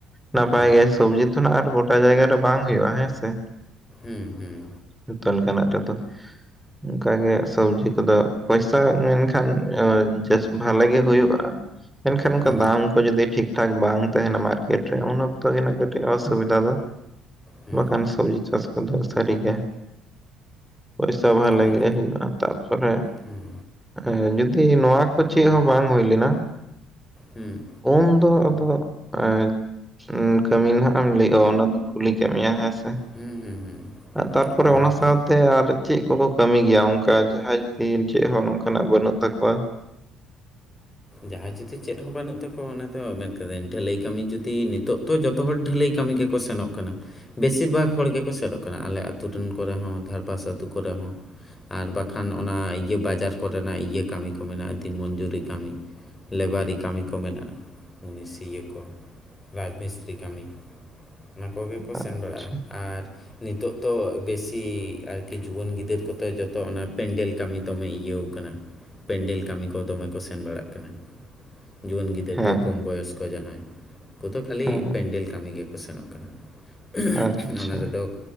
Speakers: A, in the centre; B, on the left.
A: ᱱᱟᱯᱟᱭ
B: ᱦᱮᱸ
A: ᱜᱮ ᱥᱚᱵᱽᱡᱤ ᱡᱚᱛᱚᱱᱟᱜ ᱟᱨ ᱜᱚᱴᱟ ᱡᱟᱭᱜᱟ ᱨᱮ ᱵᱟᱝ ᱦᱩᱭᱩᱜᱼᱟ ᱦᱮᱸ ᱥᱮ ᱾
B: ᱦᱮᱸ ᱦᱮᱸ
A: ᱡᱚᱛᱚ ᱞᱮᱠᱟᱱᱟᱜ ᱛᱮᱫᱚ <inaudible> ᱩᱸ ᱠᱟᱜᱮ ᱥᱚᱵᱽᱡᱤ ᱠᱚᱫᱚ ᱯᱚᱭᱥᱟ ᱢᱮᱱᱠᱷᱟᱱ ᱮᱸ ᱡᱮᱥ ᱵᱷᱟᱞᱮ ᱜᱮ ᱦᱩᱭᱩᱜᱼᱟ ᱾ ᱢᱮᱱᱠᱷᱟᱱ ᱚᱱᱠᱟ
B: ᱦᱮᱸ
A: ᱫᱟᱢ ᱠᱚ ᱡᱩᱫᱤ ᱴᱷᱤᱠ ᱴᱷᱟᱠ ᱵᱟᱝ ᱛᱟᱦᱮᱱᱟ ᱢᱟᱨᱠᱮᱴ ᱨᱮ ᱩᱱ ᱚᱠᱛᱚ ᱜᱮ ᱱᱟᱜ ᱠᱟᱹᱴᱤᱡ ᱚᱥᱩᱵᱤᱫᱷᱟ ᱫᱚ ᱾
B: ᱦᱮᱸ
A: ᱵᱟᱠᱷᱟᱱ ᱥᱚᱵᱽᱡᱤ ᱪᱟᱥ ᱠᱚᱫᱚ ᱥᱟᱹᱨᱤᱜᱮᱭᱟ ᱯᱚᱭᱥᱟ ᱵᱷᱟᱞᱮ
B: ᱛᱟᱨ
A: ᱜᱮ ᱦᱩᱭᱩᱜᱼᱟ ᱾ ᱛᱟᱨᱯᱚᱨᱮ
B: ᱦᱮᱸ
A: ᱮᱸ ᱡᱚᱫᱤ ᱱᱚᱣᱟ ᱠᱚ ᱪᱮᱫ ᱦᱚᱸ ᱵᱟᱝ ᱦᱩᱭ ᱞᱮᱱᱟ
B: ᱦᱩᱸ
A: ᱩᱱ ᱫᱚ ᱟᱵᱚᱣᱟᱜ ᱮ <inaudible> ᱠᱟᱹᱢᱤ ᱱᱟᱦᱟᱜ ᱮᱢ ᱞᱟᱹᱭᱼᱟ ᱚᱱᱟ <inaudible> ᱫᱚᱧ ᱠᱩᱞᱤ ᱠᱮᱫ ᱢᱮᱭᱟ ᱦᱮᱸᱥᱮ
B: ᱦᱮᱸ ᱦᱮᱸ ᱦᱮᱸ
A: ᱛᱟᱨᱯᱚᱨᱮ
B: ᱩᱱᱱᱚᱛᱚ
A: ᱚᱱᱟ ᱥᱟᱶᱛᱮ ᱟᱨ ᱪᱤᱫ ᱠᱚᱠᱚ ᱠᱟᱹᱢᱤ ᱜᱮᱭᱟ ᱚᱱᱠᱟ ᱡᱟᱦᱟᱸᱭ ᱡᱩᱫᱤ ᱪᱮᱫ ᱦᱚᱸ ᱱᱚᱝᱠᱟᱱᱟᱜ ᱵᱟᱹᱱᱩᱜ ᱛᱟᱠᱚᱣᱟ?
B: ᱡᱟᱦᱟᱸᱭ ᱡᱩᱫᱤ ᱪᱮᱫ ᱦᱚᱸ ᱵᱟᱹᱱᱩᱜ ᱛᱟᱠᱚᱣᱟ ᱚᱱᱟ ᱫᱚ ᱢᱮᱱ ᱠᱟᱹᱫᱟᱹᱧ ᱰᱷᱟᱹᱞᱟᱹᱭ ᱠᱟᱹᱢᱤ ᱡᱩᱫᱤ ᱱᱤᱛᱚᱜ ᱛᱚ ᱡᱚᱛᱚ ᱦᱚᱲ ᱰᱷᱟᱹᱞᱟᱹᱭ ᱠᱟᱹᱢᱤ ᱜᱮᱠᱚ ᱥᱮᱱᱚᱜ ᱠᱟᱱᱟ ᱾ ᱵᱮᱥᱤᱨ ᱵᱷᱟᱜᱽ ᱦᱚᱲ ᱜᱮᱠᱚ ᱪᱟᱞᱚᱜ ᱠᱟᱱᱟ ᱟᱞᱮ ᱟᱹᱛᱩ ᱨᱮᱱ ᱠᱚᱨᱮ ᱦᱚᱸ ᱫᱷᱟᱨᱯᱟᱥ ᱟᱹᱛᱩ ᱠᱚᱨᱮ ᱦᱚᱸ ᱟᱨ ᱵᱟᱠᱷᱟᱱ ᱚᱱᱟ ᱤᱭᱟᱹ ᱵᱟᱡᱟᱨ ᱠᱚᱨᱮᱱᱟᱜ ᱤᱭᱟᱹ ᱠᱟᱹᱢᱤ ᱠᱚ ᱢᱮᱱᱟᱜᱼᱟ ᱫᱤᱱ ᱢᱚᱧᱡᱩᱨᱤ ᱠᱟᱹᱢᱤ ᱞᱮᱵᱟᱨᱤ ᱠᱟᱹᱢᱤ ᱠᱚ ᱢᱮᱱᱟᱜᱼᱟ ᱩᱱᱤ ᱥᱤᱭᱟᱹ ᱠᱚ ᱨᱟᱡᱽ ᱢᱤᱥᱛᱨᱤ ᱠᱟᱹᱢᱤ ᱚᱱᱟ ᱠᱚᱜᱮ ᱠᱚ ᱥᱮᱱ
A: ᱟᱪᱪᱷᱟ
B: ᱵᱟᱲᱟᱜᱼᱟ ᱟᱨ ᱱᱤᱛᱚᱜ ᱫᱚ ᱵᱮᱥᱤ ᱟᱨᱠᱤ ᱡᱩᱣᱟᱹᱱ ᱜᱤᱫᱟᱹᱨ ᱠᱚᱫᱚ ᱡᱚᱛᱚ ᱚᱱᱟ ᱯᱮᱱᱰᱮᱞ ᱠᱟᱹᱢᱤ ᱫᱚᱢᱮ ᱤᱭᱟᱹᱣ ᱠᱟᱱᱟ ᱯᱮᱱᱰᱮᱞ ᱠᱟᱹᱢᱤ ᱠᱚ ᱫᱚᱢᱮ ᱠᱚ ᱥᱮ <inaudible> ᱥᱮᱱ ᱵᱟᱲᱟᱜ ᱠᱟᱱᱟ ᱡᱩᱣᱟᱹᱱ ᱜᱤᱫᱟᱹᱨ
A: ᱦᱮᱸ
B: ᱠᱚ ᱠᱚᱢ ᱵᱚᱭᱚᱥ ᱠᱚ ᱡᱟᱦᱟᱸᱭ ᱾ ᱩᱱᱠᱩᱫᱚ ᱠᱷᱟᱹᱞᱤ
A: ᱦᱮᱸ
B: ᱯᱮᱱᱰᱮᱞ ᱠᱟᱹᱢᱤ ᱜᱮᱠᱚ ᱥᱮᱱᱚᱜ ᱠᱟᱱᱟ <unintelligible>
A: ᱟᱪᱪᱷᱟ
B: ᱚᱱᱟ ᱨᱮᱫᱚ